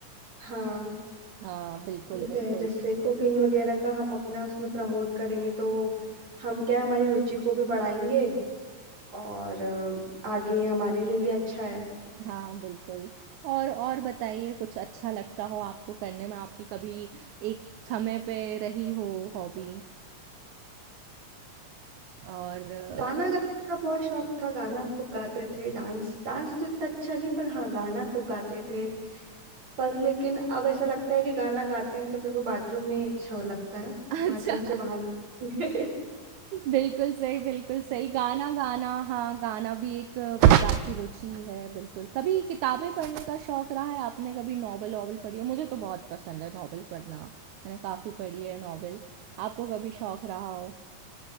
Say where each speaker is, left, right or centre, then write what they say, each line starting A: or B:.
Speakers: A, on the right; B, on the right.
A: हाँ
B: हाँ, बिल्कुल,
A: ये
B: बिल्कुल।
A: तो है जैसे कुकिंग वगैरह का हम अपना उसमें प्रमोट करेंगे तो हम क्या है, हमारी रुचि को भी बढ़ाएंगे और अ, आगे हमारे लिए भी अच्छा है
B: हाँ, बिल्कुल। और और बताइए कुछ अच्छा लगता हो आपको करने में आपकी कभी एक समय पे रही हो हॉबी और अ,
A: गाना गाने का बहुत शौक था गाना खूब गाते थे डांस डांस तो इतना अच्छा नहीं पर हाँ गाना खूब गाते थे पर लेकिन अब ऐसा लगता है कि गाना गाते हैं तो फिर वो बाथरूम में ही अच्छा लगता है
B: <laughs> अच्छा।
A: बाथरूम से बाहर नहीं
B: बिल्कुल सही, बिल्कुल सही। गाना गाना हाँ, गाना भी एक प्रकार की रुचि है, बिल्कुल। कभी किताबें पढ़ने का शौक रहा है? आपने कभी नॉवल-वॉवल पढ़ी हो? मुझे तो बहुत पसंद है नॉवल पढ़ना। मैंने काफ़ी पढ़ी है नॉवल। आपको कभी शौक रहा हो?